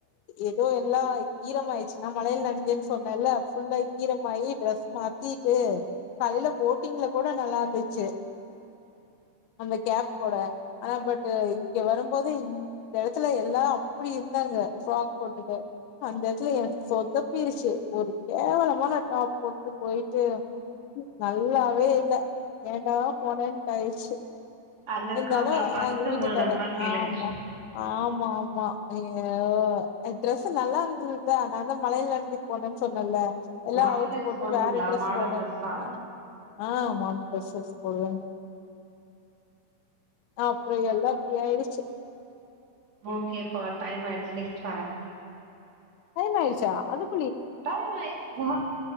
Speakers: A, on the left (about 75°); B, on the right (about 35°).
A: ஏதோ எல்லாம் ஈரம் ஆயிட்ச்சு நா மழையில நெனச்சிட் சொன்னேல்ல ஃபுல்லா ஈரமாயி ட்ரெஸ் மாத்திட்டு காலயில போட்டிங்ல கூட நல்லா இருந்துச்சு அந்த கேப் கூட ஆனா பட் இங்க வரும்போது இ இந்த எடத்துல எல்லாம் அப்டி இருந்தாங்க ஃப்ராக் போட்டுட்டு அந்த எடத்ல எனக்கு சொதப்பிருச்சு ஒரு கேவலமான டாப் போட்டு போயிட்டு நல்லாவே இல்ல ஏண்டா போனேன்ட்டு ஆயிருச்சு
B: அங்க
A: இருந்தாலும்
B: இருக்கிறவங்கள பாத்துட்டு
A: எங்க வீட்டுக்காரு
B: உங்களுக்கு அந்த மாரி ஃபீல்
A: ஆமா
B: ஆயிடுச்சு
A: ஆமா ஆமா ஐயோ டிரெஸ் நல்லா இருந்ததுதா நான் தான் மழையில நனஞ்சி போனேன்னு சொன்னல எல்லாம்
B: மாடல்லா
A: அவுத்து
B: யூஸ்
A: போட்டு
B: பண்ணுவீங்களா
A: வேற ட்ரெஸ்
B: மாடல்
A: போட்டன்
B: ட்ரெஸ்லா
A: அ ஆ மாடர்ன் ட்ரெஸ்சஸ் போடுவே அப்ரோ எல்லாம் இப்டி ஆயிடுச்சு
B: ஓகே பா டைம் ஆயிடிச்சு நெக்ஸ்ட் வரேன்
A: டைம் ஆயிச்சா அதுக்
B: டைம் ஆயிடுச்சு பா